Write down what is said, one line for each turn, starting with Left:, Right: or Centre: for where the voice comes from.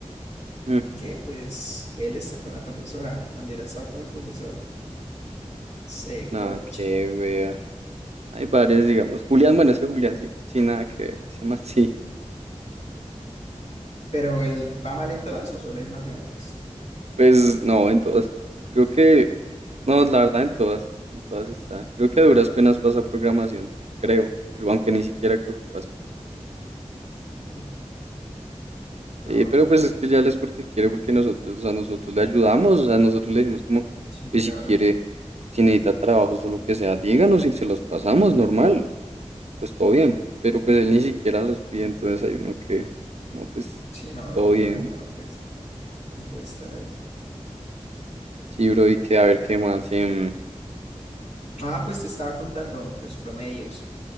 Right: Mm,
Left: que, pues, él está con la profesora. Cuando era estado con el profesor. Se
Right: nada
Left: corcha.
Right: que vea. Hay varios, digamos. Julián, bueno, ese Julián sí, sin nada que ver. Ese man sí.
Left: Pero él va mal en todo eso, solo es matemáticas.
Right: Pues no, en todas. Creo que, no, la verdad, en todas. En todas está. Creo que a duras penas pasa programación. Creo. Creo, aunque ni siquiera creo que pase.
Left: Mm, No,
Right: Eh, pero pues es que ya es porque quiere, porque nosotros, o sea, nosotros le ayudamos, o sea, nosotros le decimos como,
Left: sí,
Right: pues
Left: claro.
Right: si quiere, si necesita trabajos o lo que sea, díganos y se los pasamos, normal, pues todo bien. Pero pues él ni siquiera los pide, entonces hay uno que, no, pues,
Left: Sí, no,
Right: pues todo
Left: no,
Right: bien.
Left: tampoco no puede, no puede estar ahí.
Right: Sí, bro, y que a ver qué más. em,
Left: Ah, pues te estaba contando los promedios.